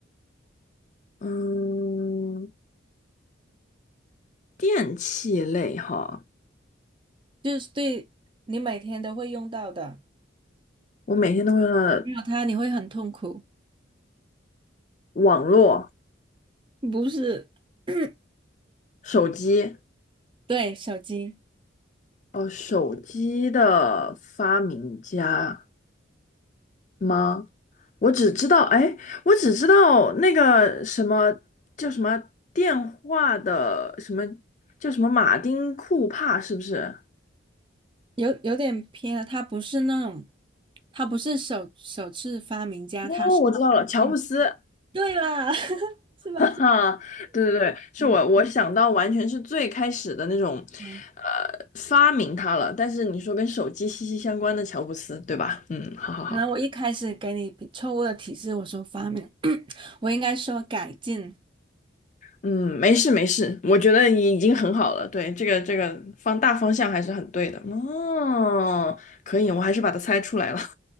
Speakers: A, on the left; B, on the right.
A: 嗯，电器类哈，
B: 就是对你每天都会用到的，
A: 我每天都会用到的
B: 没有它你会很痛苦。
A: 网络、
B: 不是，<clears throat>
A: 手机，
B: 对，手机
A: 哦，手机的发明家吗？我只知道，哎，我只知道那个什么叫什么电话的什么叫什么马丁库帕，是不是？
B: 有有点偏了，它不是那种，它不是首首次发明家，
A: 哦，
B: 它是
A: 我知道了，
B: <laughs>，
A: 乔布斯。
B: 对啦，<laughs> 是吧？
A: 啊，对对对，是我我想到完全是最开始的那种，
B: 嗯嗯，
A: 呃，发明它了。但是你说跟手机息息相关的乔布斯，对吧？嗯，好好好，
B: 可能我一开始给你比错误的提示，我说发明，<coughs> <clears throat> 我应该说改进，
A: 嗯，没事没事，我觉得你已经很好了。对，这个这个方大方向还是很对的。哦，可以，我还是把它猜出来了，